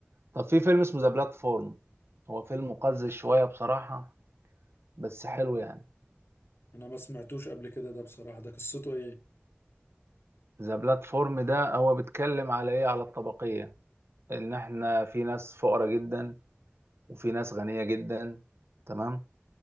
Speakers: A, on the right; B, on the left.
A: طب في فيلم اسمه ذا بلاتفورم هو فيلم مقزز شوية بصراحة بس حلو يعني
B: انا ما سمعتوش قبل كده ده بصراحة ده قصته ايه
A: ذا بلاتفورم ده هو بيتكلم على ايه على الطبقية ان احنا في ناس فقراء جدا وفي ناس غنية جدا تمام